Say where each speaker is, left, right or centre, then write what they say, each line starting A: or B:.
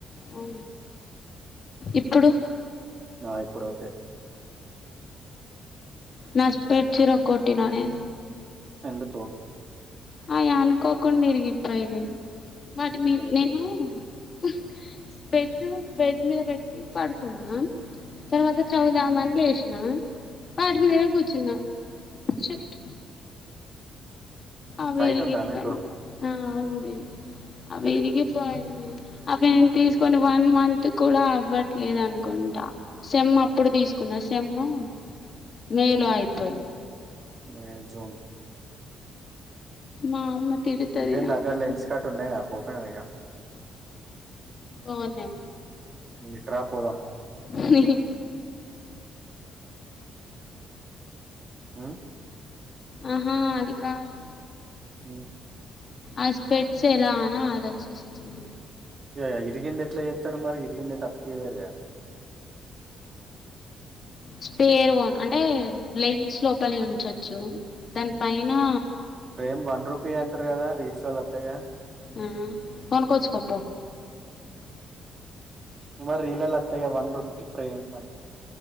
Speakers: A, on the left; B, on the right.
A: ఉ ఇప్పుడు
B: ఆ ఇప్పుడు ఓకే
A: నా స్టేట్ సిర కొట్టినానే
B: ఎందుకు
A: అయ్ అనుకోకుండా ఇరిగిపోయినయ్ వాటి మీ
B: వెరీ
A: నేనూ
B: గుడ్
A: <unintelligible> బెడ్ మీద పెట్టి పడుకున్నాం తర్వాత చదుదామని లేష్నా వాటి మీదనే కూర్చున్న షెట్ అవా
B: సైట్
A: ఇరిగిపోయినై
B: ఉందా మీకు
A: ఆ అవి అవి
B: వెరీ
A: ఇరిగిపోయినై
B: గుడ్
A: నేన్ తీసుకొని వన్ మంత్ కూడా అవ్వట్లేదునుకుంటా సెమ్ అప్పుడు తీసుకున్న సె ఎమ్మ్ మే లో అయిపోయింది
B: మే జూన్
A: మా అమ్మ తిడుతది
B: ఇంకేంద్
A: నన్ను
B: అగర లెన్స్ కట్ ఉండయా పోకరా ఇగ
A: అవునా
B: ఇట్రా పోదాం
A: ఇహిహి
B: ఊ
A: ఆహా అది కాద్
B: ఊ
A: అ స్పెట్స్ ఎలానా ఆలోచిస్తున్న
B: కే ఇరిగింది ఎట్లా ఏత్తరు మరి ఇరిగింది ఐతే అతికీయలేరుగా
A: స్పేర్ వోన్ అంటే లెన్స్ లోపలి ఉంచొచ్చు దాని పైనా
B: ఫ్రేమ్ వన్ రూపీ అంటరు గదా రీల్స్ లల్లా ఒత్తయ్ గా
A: ఆ కొనుకొచ్చుకోపో
B: మరి ఇలాలొత్తయ్ గా వన్ రూపీకి ఫ్రేమ్ అని